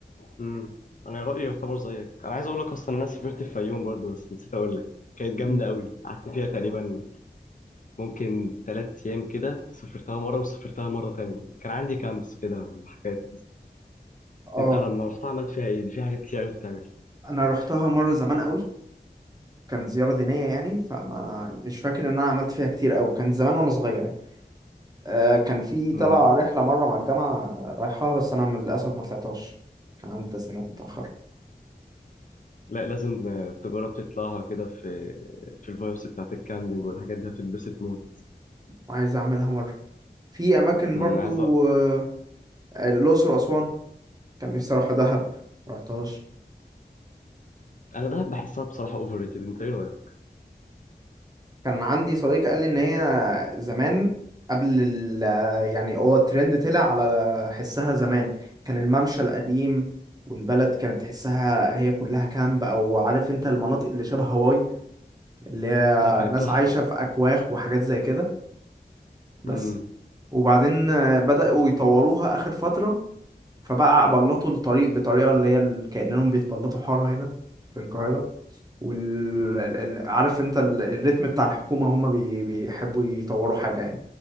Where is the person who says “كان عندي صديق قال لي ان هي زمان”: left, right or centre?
Right